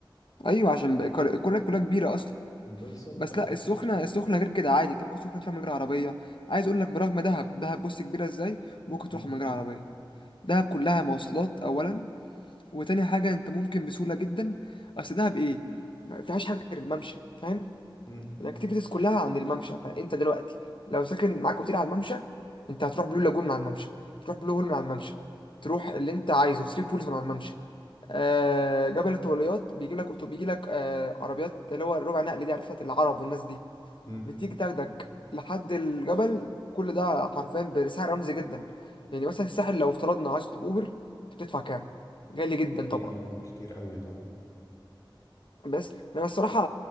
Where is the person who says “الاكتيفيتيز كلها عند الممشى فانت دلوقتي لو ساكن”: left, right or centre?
Left